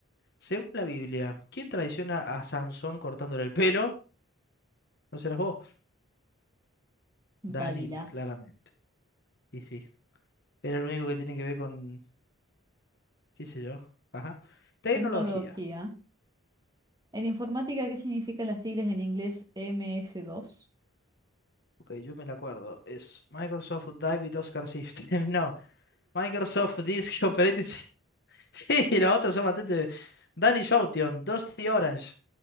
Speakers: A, on the left; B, on the right.
A: Según la Biblia, ¿quién traiciona a Sansón cortándole el pelo? No serás vos,
B: Dalila.
A: Dalila, claramente. Y sí, era el único que tiene que ver con, qué sé yo, ajá. Tecnología.
B: Tecnología. En informática, ¿qué significan las siglas en inglés M S dos?
A: Ok, yo me la acuerdo. Es Microsoft David Oscar System. <laughs> No, Microsoft Disk Operating System. <laughs> Sí, los otros son bastante... Danny Shoution, Dusty Orange.